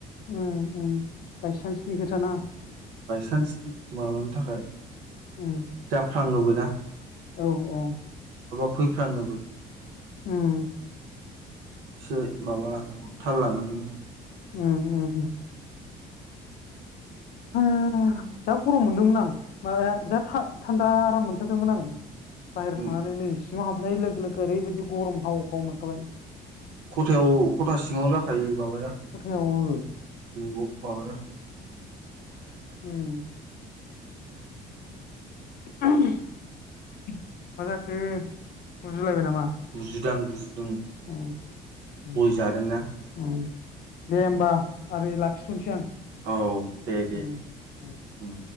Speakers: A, on the left; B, on the right.
A: उम उम बायसान्स नि खोथाना।
B: न्स माबानि थाखाय
A: उम
B: फ्लाङोबोना।
A: औ औ
B: फैफ्राङोबो।
A: उम
B: एसे माबा थाल लानानै।
A: उम उम उम उम जा गरम मोनदोंमोन आं। ओ जा था-थान्दा आराम मोन थारदोंमोन आं बाहेरायाव
B: उम
A: थांनानै नै सिङाव हाबनाय लोगो-लोगो ओरैबायदि गरम हाव हाव मोनखाबाय।
B: खथायाव-खथा सिङाव जाखायो माबा जा
A: खथायाव ओ
B: माबा जाखो
A: उम <unintelligible> मा जाखो? गु रायलायबाय नामा?
B: गुजुदां गुजुदुं
A: उम उम
B: गय जादोंना
A: उम दे होमबा ओरै लाखिथ'नोसै आं।
B: औ दे दे
A: उम उम
B: ओम